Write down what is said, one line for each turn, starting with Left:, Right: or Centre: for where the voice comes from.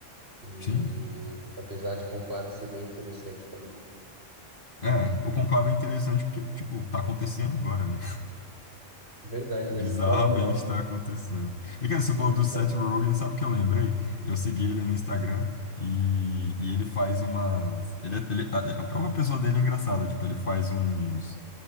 Right: E
Left: sim.
Right: apesar de Conclave ser bem interessante também.
Left: É, o Conclave é interessante porque, tipo, tá acontecendo agora, né?
Right: É verdade,
Left: Bizarramente
Right: né? Super atual, mano.
Left: tá acontecendo. E
Right: Sim,
Left: cara, você falou do
Right: cara.
Left: Seth Rogen, sabe o que eu lembrei? Eu segui ele no Instagram e, e ele faz umas. Ele, é, ele- a, a própria pessoa dele é engraçada, tipo, ele faz uns.